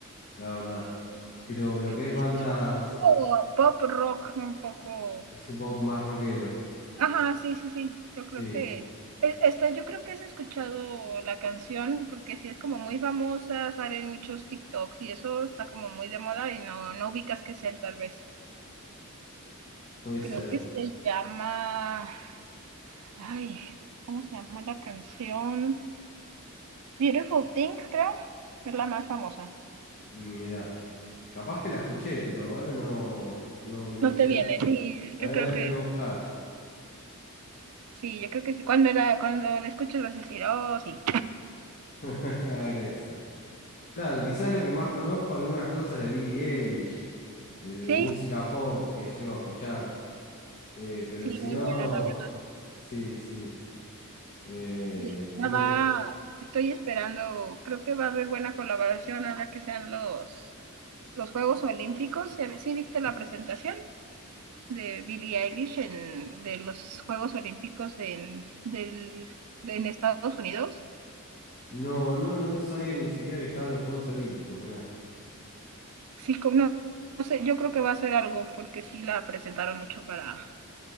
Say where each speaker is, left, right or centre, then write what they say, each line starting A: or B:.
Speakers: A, on the left; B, on the right.
A: la verdad. Pero lo que es
B: Es
A: bandas,
B: que es un poco pop rock, un poco.
A: es un pop más rockero.
B: Ajá, sí, sí, sí. Yo
A: Sí,
B: creo que. es- Esta, yo creo que has escuchado la canción porque sí es como muy famosa, salen muchos TikToks y eso está como muy de moda y no, no ubicas qué es él, tal vez.
A: puede
B: creo
A: ser,
B: que
A: puede
B: se
A: ser.
B: llama, ay, ¿cómo se llama la canción? Beautiful Things, creo, es la más famosa.
A: Mirá, capaz que la escuché, pero ahora no, no, no me
B: No
A: suena.
B: te viene, sí,
A: La
B: yo
A: voy
B: creo
A: a tener
B: que,
A: que buscar.
B: sí, yo creo que sí. Cuando la, cuando la escuches vas a decir, oh, sí.
A: <laughs> Ahí esta Claro, quizás lo que más conozco, algunas cosas de Billie Eilish, de, de
B: Sí,
A: música pop que llevo a escuchar, eh, pero
B: sí,
A: si
B: muy
A: no,
B: buena, la verdad.
A: sí, sí. Eh,
B: Sí, Ya
A: tiene.
B: va, estoy esperando, creo que va a haber buena colaboración ahora que sean los, los Juegos Olímpicos. ¿Sí viste la presentación? de Billie Eilish en, de los Juegos Olímpicos de, en, del, de, en Estados Unidos.
A: No, no, no, no sabía ni siquiera que estaban los Juegos Olímpicos, mirá.
B: Sí, no, no, sé, yo creo que va a ser algo, porque sí la presentaron mucho para